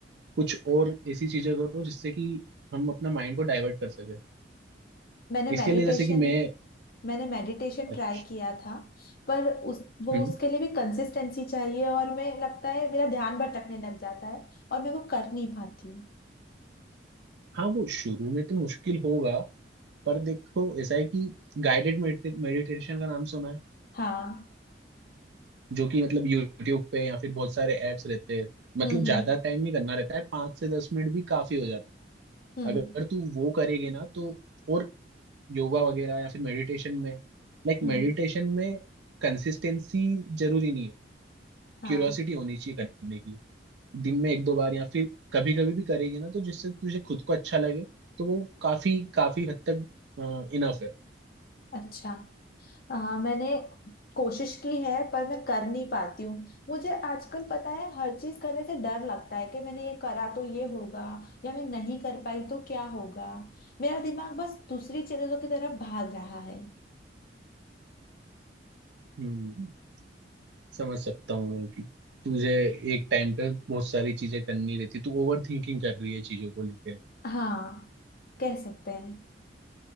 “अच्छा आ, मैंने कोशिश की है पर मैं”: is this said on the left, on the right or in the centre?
Left